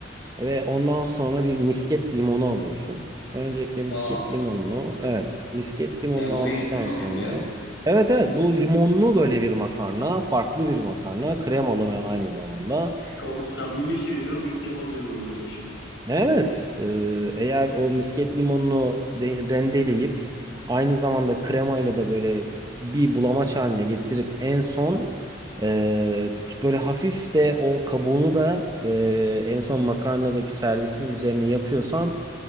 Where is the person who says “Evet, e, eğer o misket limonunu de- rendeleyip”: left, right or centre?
Right